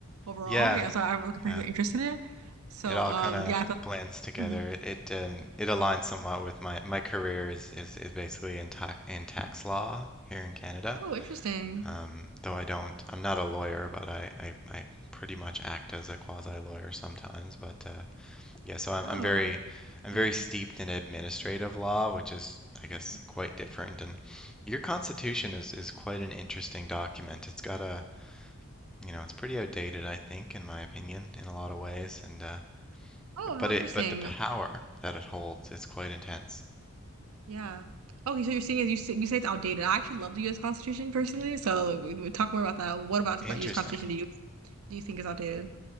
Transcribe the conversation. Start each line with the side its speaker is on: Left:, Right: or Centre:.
Right: overall.
Centre: Yeah,
Right: Yeah, so I have like a particular
Centre: yeah.
Right: interest in it. So
Centre: It all
Right: um
Centre: kind of
Right: yeah, I thought,
Centre: blends together.
Right: Mhm.
Centre: It it um, it aligns somewhat with my my career is is, is basically in tax in tax law here in Canada.
Right: Oh, interesting.
Centre: Um, though I don't I'm not a lawyer, but I I, I pretty much act as a quasi lawyer sometimes. But uh, yeah, so I'm
Right: Oh,
Centre: I'm very I'm
Right: oh,
Centre: very
Right: cool.
Centre: steeped in administrative law, which is I guess
Right: Mhm.
Centre: quite different. And your Constitution is is quite an interesting document. It's got a you know it's pretty outdated, I think, in my opinion, in a lot of ways, and uh,
Right: Oh,
Centre: but
Right: how interesting.
Centre: it but the power that it holds is quite intense.
Right: Yeah. Okay, so you're saying is you say, you say it's outdated. I actually love the U.S. Constitution personally, so we- we talk more about that. What about the
Centre: Interesting.
Right: U.S. Constitution do you do you think is outdated?